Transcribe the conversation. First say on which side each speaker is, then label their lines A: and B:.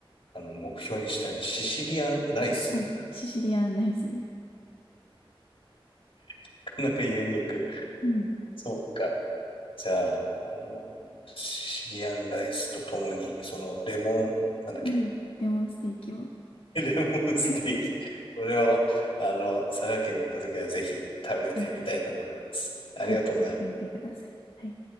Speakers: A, on the left; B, on the left.
A: あの、目標にしたいシシリアンライス。
B: <laughs> はい。シシリアンライスです。
A: <laughs> なんかユニーク。
B: うん。
A: そうか。じゃあ、あの、シシリアンライスとともに、その、レモン、なんだっけ、
B: うん。レモンステーキを。
A: <laughs> レモンステーキ。
B: <laughs>
A: それを、あの、佐賀県に行った時はぜひ食べてみたいと思います。
B: はい。
A: ありがとうございます。
B: はい。食べてみてください。はい。